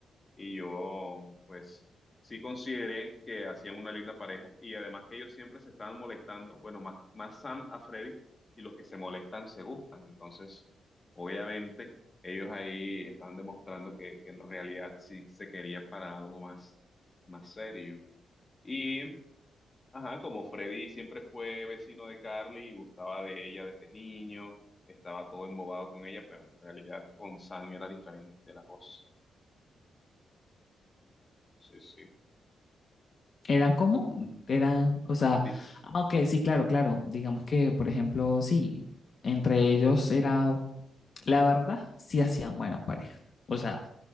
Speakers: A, on the left; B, on the left.
A: y yo pues sí consideré que hacían una linda pareja y además que ellos siempre se estaban molestando, bueno, más, más Sam a Freddy y los que se molestan se gustan, entonces obviamente ellos ahí estaban demostrando que, que en realidad sí se querían para algo más, más serio. Y, ajá, como Freddy siempre fue vecino de Carly y gustaba de ella desde niño. Estaba todo embobado con ella, pero en realidad con Sam era diferente la cosa. Sí, sí
B: Eran como, eran, o sea,
A: Dif-
B: ah, ok, sí, claro, claro. Digamos que, por ejemplo, sí, entre ellos era, la verdad, sí hacían buena pareja. O sea,